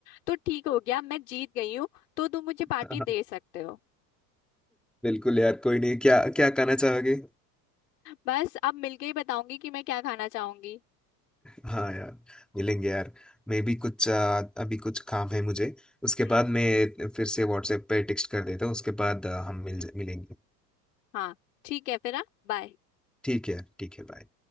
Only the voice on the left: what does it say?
तो ठीक हो गया मैं जीत गई हूँ तो तुम मुझे
पार्टी दे सकते हो
बस अब मिलके ही बताऊंगी कि मैं क्या खाना चाहूंगी
हम्म
हाँ ठीक है फिर हाँ बाय